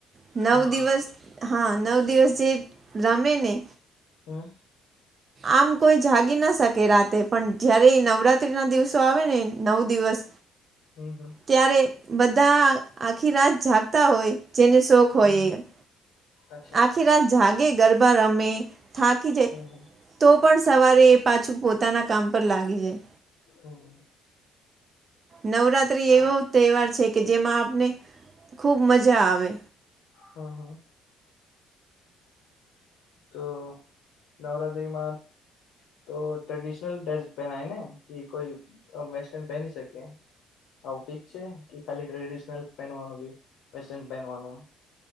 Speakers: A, on the right (about 40°); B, on the left (about 75°).
A: નવ
B: હમ
A: દિવસ
B: હમ
A: હા નવ દિવસ જે રમે ને
B: હમ
A: આમ કોઈ જાગી ના શકે રાતે. પણ જયારે એ નવરાત્રીના દિવસો આવે ને નવ દિવસ
B: હમ હમ
A: ત્યારે બધા આખી રાત જાગતા હોય, જેને શોખ હોય
B: હમ હમ
A: એ.
B: અચ્છા
A: આખી રાત જાગે ગરબા રમે થાકી જાય
B: હમ હમ
A: તો પણ સવારે એ પાછું પોતાના કામ પર લાગી જાય.
B: હમ
A: નવરાત્રી એવો
B: આ
A: તહેવાર છે કે જેમાં આપને ખૂબ મજા આવે.
B: હા હા. તો નવરાત્રિમાં તો ટ્રેડિશનલ ડ્રેસ પહેનાય ને કે કોઈ વેસ્ટર્ન પહેન શકે? આવું ફિક્સ છે કે ખાલી ટ્રેડિશનલ પહેવાનું કે વસ્ટન પહેવાનું.